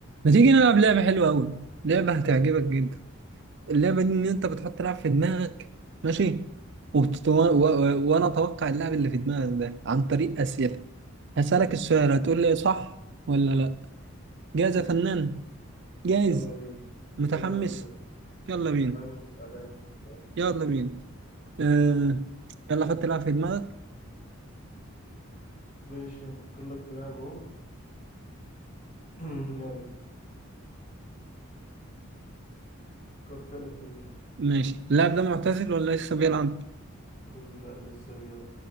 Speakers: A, on the right (about 55°); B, on the left (about 35°).
A: ما تيجي نلعب لعبة حلوة أوي لعبة هتعجبك جدا اللعبة دي إن أنت بتحط لعب في دماغك ماشي وبتتو...
B: ماشي
A: و... و... وأنا أتوقع اللعب اللي في دماغك ده عن طريق أسئلة هسألك السؤال هتقول لي صح ولا لأ جاهز
B: ماشي
A: يا فنان جاهز
B: يلا بينا
A: متحمس
B: يلا بينا
A: يلا
B: متحمس
A: بينا
B: على الآخر. يلا
A: يلا بينا آه... يلا حط لعب في دماغك
B: ماشي هفكر لك في لعبة اهو <clears throat> يلا فكرت لك في اللعبة
A: ماشي اللاعب ده معتزل ولا لسه بيلعب
B: <clears throat> لا لسه بي-